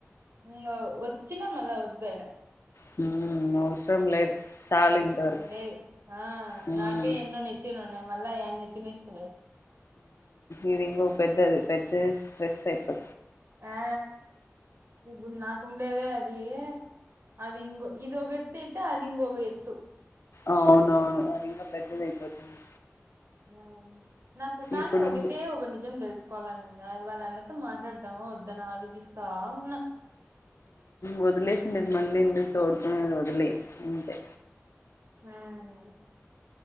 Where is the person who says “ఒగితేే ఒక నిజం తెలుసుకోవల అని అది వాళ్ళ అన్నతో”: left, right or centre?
Right